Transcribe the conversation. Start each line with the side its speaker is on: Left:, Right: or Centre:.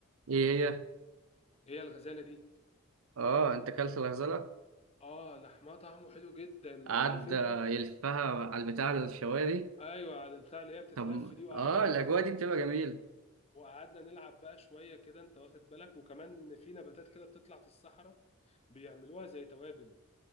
Right: ايه هي
Left: هي الغزالة دي
Right: اه انت كلت الغزاله
Left: اه لحمها طعمه حلو جدا
Right: قعد
Left: وعارف انت
Right: آه، يلفها على البتاع الشوايه دي
Left: ايوه على البتاع اللي هي بتتلف
Right: طب
Left: دي وقعدنا
Right: اه الاجواء
Left: نلف فيه،
Right: دي بتبقى جميله
Left: وقعدنا نلعب بقى شويه كده انت واخد بالك وكمان في نباتات كده بتطلع في الصحراء بيعملوها زي توابل